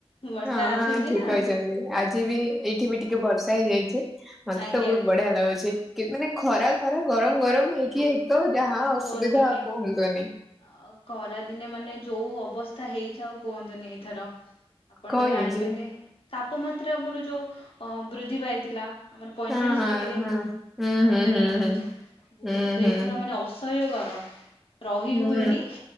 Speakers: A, on the left; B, in the centre.
A: ବର୍ଷା
B: ହଁ
A: ଆସିଛି
B: ଠିକ
A: ନା
B: କହିଛନ୍ତି ଆଜି ବି ଏଇଠି ବି ଟିକେ ବର୍ଷା ହେଇଯାଇଛିେ ମତେ
A: ଆଜ୍ଞା
B: ତ ବହୁତ ବଢିଆ ଲାଗୁଛି ମାନେ ଖରା ଖରା ଗରମ ଗରମ ହେଇକି ତ ଯାହା
A: ଆଉ
B: ଅସୁବିଧା
A: କୁହନ୍ତୁନି
B: କୁହନ୍ତୁନି
A: ଆ ଖରାଦିନେ ମାନେ ଯୋଉ ଅବସ୍ଥା ହେଇଯାଉଉ କୁହନ୍ତୁନି ଏଥର ଆପଣ
B: କଣ
A: ତ ଜାଣିଛନ୍ତି
B: ହେଇଛି?
A: ତାପମାତ୍ରା ଆମର ଯୋଉ ଅ ବୃଦ୍ଧି ପାଇଥିଲା ଆମର ପଇଁଚାଳିଶ
B: ହଁ ହଁ
A: ଡିଗ୍ରୀ
B: ହଁ ହୁଁ
A: ଉପରେ
B: ହୁଁ ହୁଁ
A: ବହୁତ
B: ହୁଁ ହୁଁ
A: ଏଇ
B: ହୁଁ
A: ଏଥିର ମାନେ ଅସହ୍ୟ ଗରମ ରହି ହୁଏନି।
B: ହୁଁ